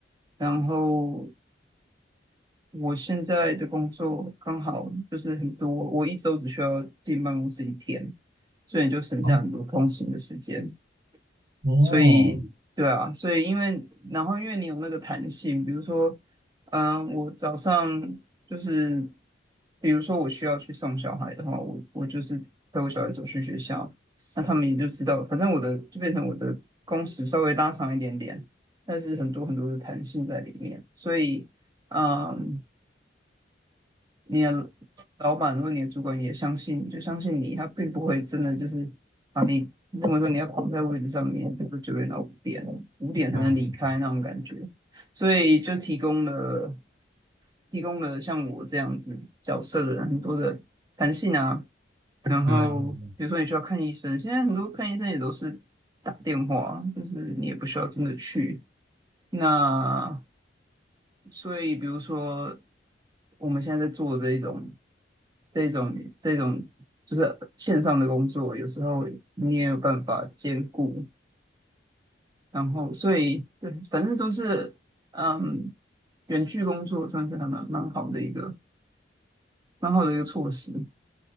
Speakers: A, on the right; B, on the right.
A: 然后我现在的工作刚好就是很多，我一周只需要进办公室一天，所以你就省下很多通勤的时间，
B: 哦，哦，
A: 所以，对啊，所以因为然后因为你有那个弹性，比如说，嗯、我早上就是，比如说我需要去送小孩的话，我我就是陪我小孩走去学校，那他们也就知道，反正我的就变成我的工时稍微拉长一点点，但是很多很多的弹性在里面，所以，嗯、你的老板或你的主管也相信，就相信你，他并不会真的就是把你认为说你要绑在位置上面，比如说九点到五点，五点才能离开那种感觉，
B: 嗯
A: 所以就提供了提供了像我这样子角色的人很多的弹性啊，然后比如说你需要看医生，
B: 嗯
A: 现在很多看医生也都是打电话，就是你也不需要真的去。那所以，比如说我们现在在做这一种、这种、这种，就是线上的工作，有时候你也有办法兼顾。然后，所以对，反正都是嗯，远距工作算是还蛮蛮好的一个蛮好的一个措施，